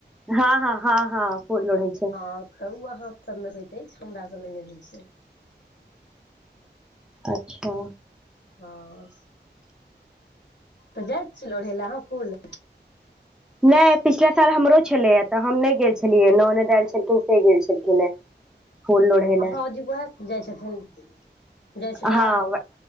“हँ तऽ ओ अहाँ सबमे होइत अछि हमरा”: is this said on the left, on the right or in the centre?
Left